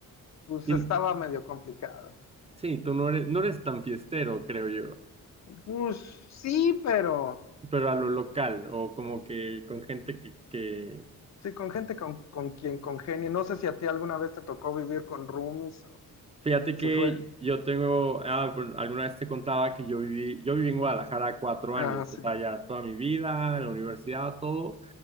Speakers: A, on the left (about 50°); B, on the right (about 20°).
A: pues
B: Y-
A: estaba medio complicado.
B: Sí, tú no eres, no eres tan fiestero, creo yo,
A: Pues sí, pero
B: pero a lo local o como que con gente que, que...
A: sí, con gente con, con quien congenie. No sé si a ti alguna vez te tocó vivir con roomies o
B: Fíjate
A: si
B: que
A: fue.
B: yo tengo, ah, bueno, alguna vez te contaba que yo viví, yo viví en Guadalajara cuatro
A: Ah,
B: años,
A: sí.
B: o sea, ya toda mi vida, la universidad, todo,